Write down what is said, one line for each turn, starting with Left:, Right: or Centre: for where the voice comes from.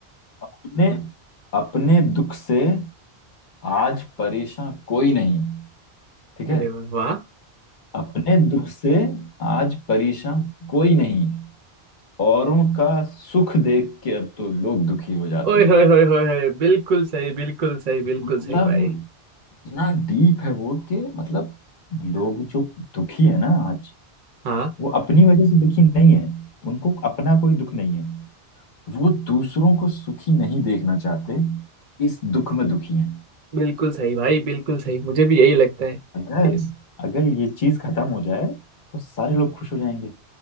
Left: अपने अपने दुख से आज परेशान कोई नहीं ठीक है
Right: अरे वाह
Left: अपने दुख से आज परेशान कोई नहीं औरों का सुख देख के अब तो लोग दुखी हो जाते
Right: ओए
Left: हैं
Right: होए होए होए होए, बिल्कुल सही बिल्कुल सही बिल्कुल
Left: मतलब
Right: सही भाई
Left: इतना डीप है वो कि मतलब लोग जो दुखी है ना आज
Right: हाँ
Left: वो अपनी वजह से दुखी नहीं है उनको अपना कोई दुख नहीं है वो दूसरों को सुखी नहीं देखना चाहते इस दुख में दुखी हैं
Right: बिल्कुल सही भाई बिल्कुल सही मुझे भी यही लगता है
Left: अगर
Right: यस
Left: अगर ये चीज खत्म हो जाए तो सारे लोग खुश हो जाएंगे